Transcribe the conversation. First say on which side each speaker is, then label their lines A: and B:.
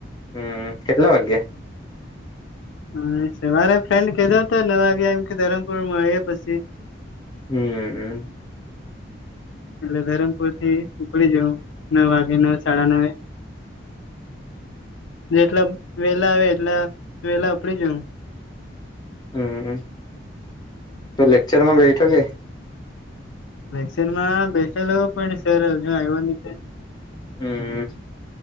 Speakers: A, on the left; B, on the left.
A: હમ કેટલા વાગે-
B: હ સવારે ફ્રેન્ડ કધો હતો નવા વાગ્યા એમ કે ધરમપુર મળીયે પછી-
A: હમ હ-
B: એટલે ધરમપુર થી ઉપડી જવું નવ વાગે નવ સાડા નવે-
A: <inaudible>
B: જેટલા વેલા આવે એટલા વેલા ઉપડી જાઉં -
A: હમ તો લેક્ચરમાં બેઠો કે-
B: વેક્સિન માં બેસેલો પણ સર હજુ આવ્યો તે-
A: હમ